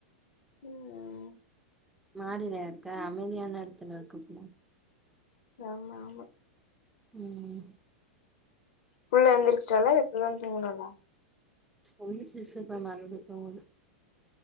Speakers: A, on the left (about 65°); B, in the centre.
A: ம்
B: மாடிலயாருக்க அமைதியான எடத்துல இருக்கபோல
A: ஆமா ஆமா
B: ம்
A: புள்ள எந்திரிச்ட்டாலா இல்ல இப்பதா தூங்னாலா
B: எந்திரிச்சிச்சு தா மறுப்டி தூங்குது